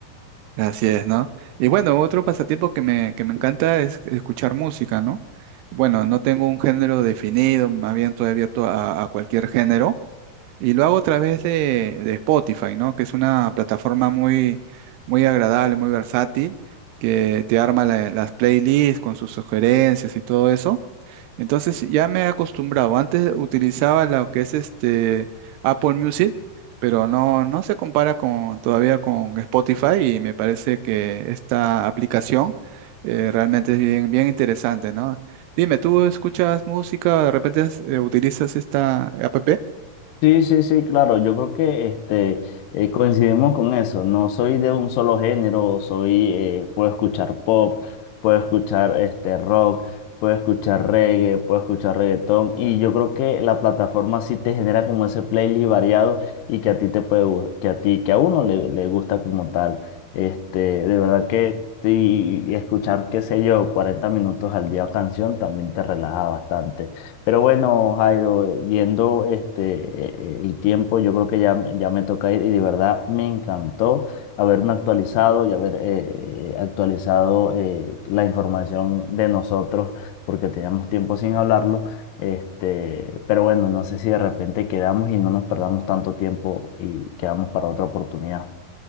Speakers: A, on the right; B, on the left.
A: Así es, ¿no? Y bueno, otro pasatiempo que me, que me encanta es escuchar música, ¿no? Bueno, no tengo un género definido, más bien estoy abierto a, a cualquier género. Y lo hago a través de, de Spotify, ¿no? Que es una plataforma muy, muy agradable, muy versátil, que te arma la- las playlists con sus sugerencias y todo eso. Entonces ya me he acostumbrado. Antes utilizaba lo que es este Apple Music, pero no, no se compara con, todavía con Spotify y me parece que esta aplicación eh, realmente es bien, bien interesante, ¿no? Dime, ¿tú escuchas música? ¿De repente eh, utilizas esta app?
B: Sí, sí, sí, claro. Yo creo que este, eh, coincidimos con eso. No soy de un solo género, soy, eh, puedo escuchar pop, puedo escuchar este, rock, puedo escuchar reggae, puedo escuchar reggaetón. Y yo creo que la plataforma sí te genera como ese playlist variado y que a ti te puede, gu- que a ti, que a uno le, le gusta como tal. Este, de verdad que sí, y escuchar, qué sé yo, 40 minutos al día canción también te relaja bastante. Pero bueno, Jairo, viendo este, eh, el tiempo, yo creo que ya, ya me toca ir y de verdad me encantó haberme actualizado y haber eh, actualizado eh, la información de nosotros porque teníamos tiempo sin hablarlo. Este, pero bueno, no sé si de repente quedamos y no nos perdamos tanto tiempo y quedamos para otra oportunidad.